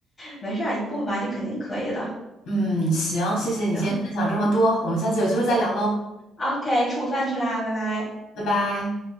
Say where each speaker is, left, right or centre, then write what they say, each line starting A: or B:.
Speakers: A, on the left (about 15°); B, on the left (about 90°).
A: 没事儿，一步步吧，你肯定可以的。
B: 嗯，行，谢谢你今天分享这么多，
A: 行
B: 我们下次有机会再聊喽，
A: ，OK，吃午饭去啦，拜拜。
B: 拜拜。